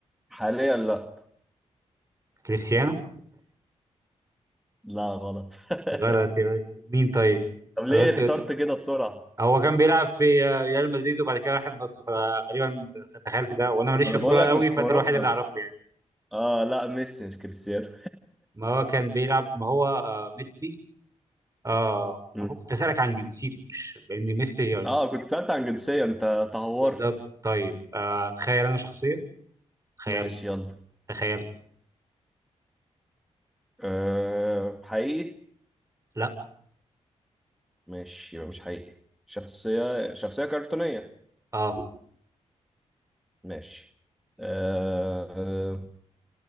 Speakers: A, in the centre; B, on the right.
A: حاليا لا
B: كريستيانو
A: لا غلط <laughs>
B: غلط يا باشا مين طيب؟
A: طب ليه
B: أنا قلت
A: اخترت
B: إيه؟
A: كده بسرعه؟
B: هو كان بيلعب في آه، ريال مدريد وبعد كده راح النصر فغالبا تخيلت ده وأنا ماليش
A: انا
B: في الكورة
A: بقول لك
B: قوي
A: مش في
B: فده
A: اوروبا
B: الوحيد اللي أعرفه يعني
A: اه لا ميسي مش كريستيانو
B: ما هو كان بيلعب ما هو آه ميسي آه
A: مم.
B: أبوك كنت أسألك عن جنسيته مش لأن ميسي يعني
A: اه كنت سألت عن جنسية انت تهورت
B: بالظبط طيب آه تخيل أنا شخصية تخيلت
A: ماشي يلا
B: تخيلت
A: آه حقيقي
B: لا
A: ماشي يبقى مش حقيقي شخصية شخصية كرتونية
B: اه
A: ماشي آه